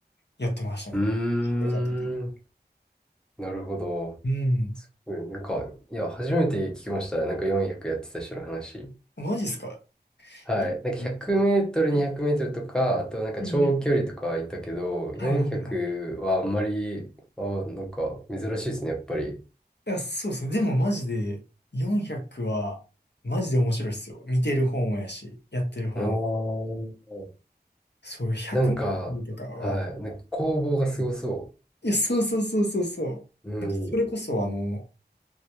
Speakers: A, on the left; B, in the centre.
A: やってましたね。
B: うーん、
A: よかったけど。
B: なるほど。
A: うん。
B: すごい、なんか、いや、初めて聞きました。なんか400やってた人の話。
A: マジっすか
B: はい。
A: ?400
B: なんか100メートル、
A: とか。うん
B: 200メートルとか、あとなんか長距離とかはいたけど、
A: うんうんはいはいはい。
B: 400はあんまり、あ、なんか珍しいですね、やっぱり。
A: いや、そうそう。でもマジで400は、マジで面白いっすよ。見てる方もやし、やってる方も。
B: あー
A: そう、100メートルとかは、
B: なんか、はい。なんか攻防がすごそ
A: うんいや、そうそうそうそうそう。
B: う。うん。
A: なんかそれこそ、あの、